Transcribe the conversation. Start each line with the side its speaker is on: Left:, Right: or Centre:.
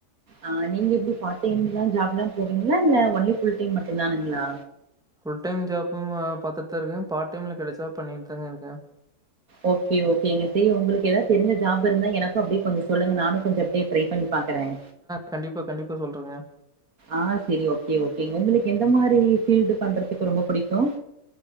Right: ஆ நீங்க எப்டி பார்ட் டைம் ஜாப்ல்லாம் போவீங்களா இல்ல ஒன்லி ஃபுல் டைம் மட்டும் தானுங்களா
Centre: புல் டைம் ஜாபும் அ பாத்துட்டு தான் இருக்கேன் பார்ட் டைம்ல கிடைச்சா பண்ணிட்டு தாங்க இருக்கேன்
Right: ஓகே ஓகேங்க செரி உங்களுக்கு ஏதாவது தெரி்ஞ்ச ஜாப் இருந்தா எனக்கும் அப்டியே கொஞ்சோம் சொல்லுங்க நானும் கொஞ்சோம் அப்டியே ட்ரை பண்ணி பாக்குறேன்
Centre: கண்டிப்பா, கண்டிப்பா சொல்றேங்க.
Right: ஆ சரி ஓகே ஓகே உங்களுக்கு எந்த மாரி ஃபீல்டு பண்றது எனக்கு ரொம்ப புடிக்கும்